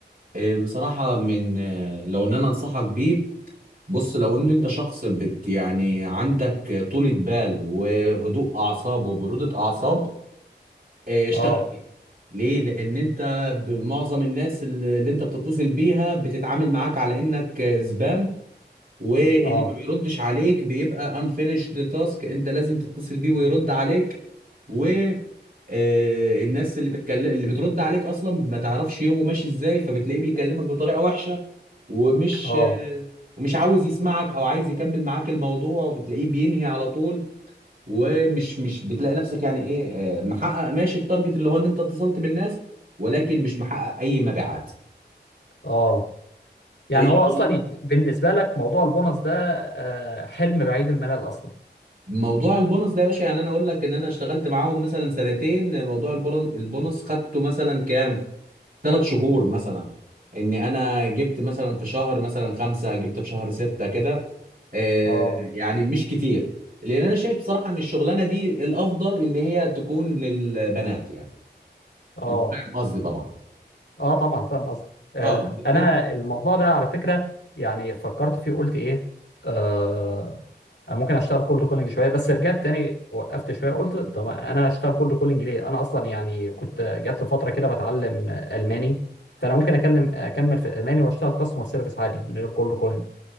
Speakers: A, on the right; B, on the left.
A: آه، بصراحة من آه، لو ان انا انصحك بيه بص لو ان انت شخص بت يعني عندك طولة بال وهدوء اعصاب وبرودة اعصاب آه، اشتغل
B: اه
A: فيه ليه؟ لان انت معظم الناس اللي اللي انت بتتصل بيها بتتعامل معاك على انك آه، زبام واللي
B: اه
A: ما بيردش عليك بيبقى unfinished task انت لازم تتصل بيه ويرد عليك و آه، الناس اللي بتكلم اللي بترد عليك اصلا ما تعرفش يومه ماشي ازاي فبتلاقيه بيكلمك بطريقة وحشة ومش
B: اه
A: آه، ومش عاوز يسمعك او عايز يكمل معاك الموضوع وبتلاقيه بينهي على طول ومش مش بتلاقي نفسك يعني ايه آه، محقق ماشي التارجت اللي هو ان انت اتصلت بالناس ولكن مش محقق اي مبيعات
B: اه يعني
A: الشغلانه
B: هو اصلا يعني بالنسبه لك موضوع البونص ده آه، حلم بعيد المنال اصلا
A: موضوع البونص ده يا باشا يعني انا اقول لك ان انا اشتغلت معاهم مثلا سنتين موضوع البرن- البونص خدته مثلا كام ثلاث شهور مثلا اني انا جبت مثلا في شهر مثلا خمسة جبت في شهر ستة كده آه،
B: اه
A: يعني مش كتير لان انا شايف بصراحة ان الشغلانة دي الافضل ان هي تكون للبنات يعني
B: اه
A: انت فاهم قصدي طبعا
B: اه طبعا فاهم قصدك آه
A: اه
B: انا
A: بس
B: الموضوع ده على فكره يعني فكرت فيه قلت ايه آه أنا ممكن اشتغل كولد كولينج شويه بس رجعت تاني وقفت شويه قلت طب انا اشتغل كولد كولينج ليه انا اصلا يعني كنت جات لي فتره كده بتعلم الماني فانا ممكن اكلم اكمل في الالماني واشتغل كاستمر سيرفيس عادي من غير كولد كولينج